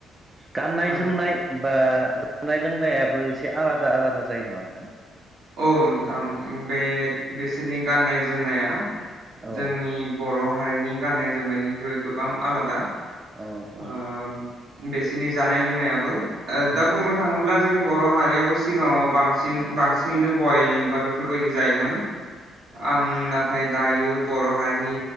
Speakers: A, on the right (about 25°); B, on the right (about 75°).
A: गाननाय
B: ओ
A: जोमनाय बा जानाय लोंनायाबो एसे आलादा आलादा जायोनो मोथो।
B: औ नोंथां बे बिसोरनि गाननाय जोमनाया
A: औ
B: जोंनि बर' माहारिनि गाननाय जोमनायनिख्रुइ गोबां आलादा
A: औ औ
B: आ बेस सिनि जानाय लोंनायाबो ओ
A: औ नोंथां औ नोंथां उम औ नोंथां औ उम
B: दा बुंनो थाङोब्ला जोंनि बर' हारियाबो सिगाङाव बांसिन बांसिन बइल बा बेफोरबायदि जायोमोन। आं नाथाय दायो बर' हारिनि